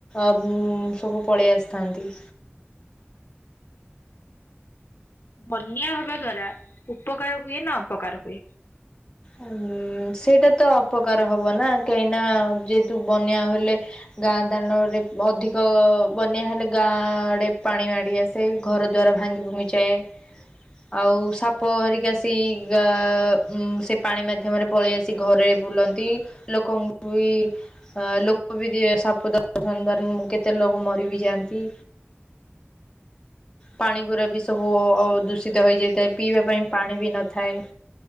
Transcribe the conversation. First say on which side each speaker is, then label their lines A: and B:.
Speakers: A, on the left (about 20°); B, on the left (about 55°).
A: ଅମ୍ ସବୁ ପଳେଇ ଆସିଥାନ୍ତି।
B: ବନ୍ୟା ହବା ଦ୍ଵାରା ଉପକାର ହୁଏ ନା ଅପକାର ହୁଏ।
A: ଉମ୍ ସେଇଟା ତ ଅପକାର ହବ ନା କାହିଁନା ଯେହେତୁ ବନ୍ୟା ହେଲେ ଗାଁ ଦାଣ୍ଡରେ ଅଧିକ ବନ୍ୟା ହେଲେ ଗାଁଆଡେ ପାଣି ମାଡି ଆସ୍। ସେଇ ଘର ଦ୍ଵାର ଭାଙ୍ଗି ଭୁଙ୍ଗି ଯାଏ। ଆଉ ସାପ ହେରିକା ସେଇ ଗାଁ ଉମ୍ ସେ ପାଣି ମାଧ୍ୟମରେ ପଳେଇ ଆସି ଘରେ ବୁଲନ୍ତି ଲୋକଙ୍କୁ ବି ହଁ ଲୋକ ବି ଯିଏ ସାପ ଦଂଶନ ଦ୍ଵାରା ମୁ କେତେ ଲୋକ ମରି ବିି ଯାଆନ୍ତି। ପାଣି ଗୁରା ବି ସବୁ ଅ-ଦୂଷିତ ହେଇଯାଇଥାଏ। ପିଇବା ପାଇଁ ପାଣି ବି ନଥାଏ।